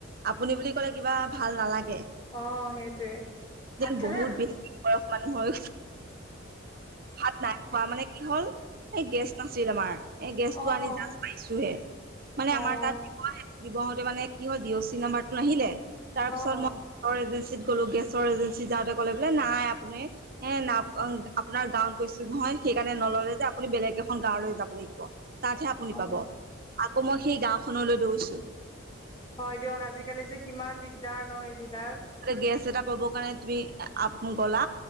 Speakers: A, on the right; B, on the left.
A: আপুনি বুলি ক'লে কিবা ভাল নালাগে,
B: অ' সেইটোৱে। ভাত
A: যেন
B: খালে?
A: বহুত বেছি বয়স মানে হৈ ভাত নাই খোৱা মানে কি হ'ল? এই গেছ নাছিল আমাৰ এই গেছ টো
B: অ'
A: আনি জাছ পাইছোহে। মানে
B: অ'
A: আমাৰ তাত দিব আহোতে মানে কি হল ডি অ চি নাম্বাৰটো নাহিলে, তাৰ পিছত
B: অ' অ'
A: মই এজেঞ্চিত কলো গেছৰ এজেঞ্চি যাওঁতে ক'লে বোলে নাই আপুনি হ না আপোনাৰ গাঁৱত গৈছো নহয়? সেইকাৰণে নললে যে আপুনি বেলেগ এখন গাঁৱলৈ যাব লাগিব। তাতহে আপুনি
B: অ'
A: পাব। আকৌ মই সেই গাওখনলৈ দৌৰিছো।
B: হয় দিয়ক আজিকালি যে কিমান দিগদাৰ ন এইবিলাক?
A: গেছ এটা পাবৰ কাৰণে তুমি আপ গলা